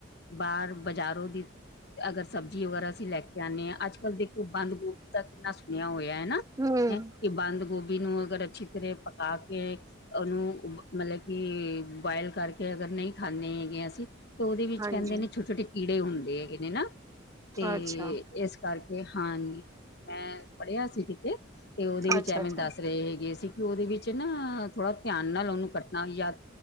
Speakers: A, on the left; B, on the right.
A: ਬਾਹਰ ਬਾਜ਼ਾਰੋਂ ਦੀ ਅਗਰ ਸਬਜ਼ੀ ਵਗੈਰਾ ਅਸੀਂ ਲੈ ਕੇ ਆਉਂਦੇ ਹਾਂ, ਅੱਜ-ਕੱਲ੍ਹ ਦੇਖੋ ਬੰਦ ਗੋਭੀ ਦਾ ਕਿੰਨਾ ਸੁਣਿਆ ਹੋਇਆ, ਹਨਾ?
B: ਹਮ।
A: ਕਿ ਬੰਦ ਗੋਭੀ ਨੂੰ ਅਗਰ ਅੱਛੀ ਤਰ੍ਹਾਂ ਪਕਾ ਕੇ ਉਹਨੂੰ ਮਤਲਬ ਕਿ ਬੁਆਇਲ ਕਰਕੇ ਅਗਰ ਨਹੀਂ ਖਾਂਦੇ ਹੈਗੇ ਅਸੀਂ, ਤਾਂ ਉਹਦੇ ਵਿੱਚ
B: ਹਾਂਜੀ
A: ਕਹਿੰਦੇ ਨੇ ਛੋਟੇ-ਛੋਟੇ ਕੀੜੇ ਹੁੰਦੇ ਹੈਗੇ ਨੇ, ਨਾ? ਤੇ
B: ਅੱਛਾ
A: ਇਸ ਕਰਕੇ ਹਾਂਜੀ। ਮੈਂ ਪੜ੍ਹਿਆ ਸੀ ਕਿਤੇ, ਤੇ ਉਹਦੇ ਵਿੱਚ
B: ਅੱਛਾ
A: ਐਵੇਂ
B: ਅੱਛਾ
A: ਦੱਸ ਰਹੇ ਹੈਗੇ ਸੀ। ਉਹਦੇ ਵਿੱਚ ਨਾ ਥੋੜਾ ਧਿਆਨ ਨਾਲ ਉਹਨੂੰ ਕੱਟਣਾ ਵੀ ਯ